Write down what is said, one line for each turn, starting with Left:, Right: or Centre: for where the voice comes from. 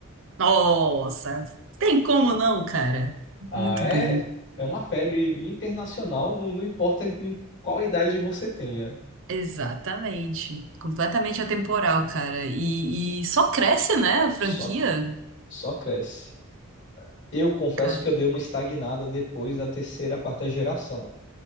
Right: Nossa, tem como não, cara?
Left: Ah,
Right: Muito
Left: é,
Right: bom.
Left: é uma febre internacional, não, não importa em qual idade você tenha.
Right: Exatamente. Completamente atemporal, cara. E, e só cresce, né, a franquia,
Left: Só, só cresce. Eu confesso
Right: cara.
Left: que eu dei uma estagnada depois da terceira, quarta geração.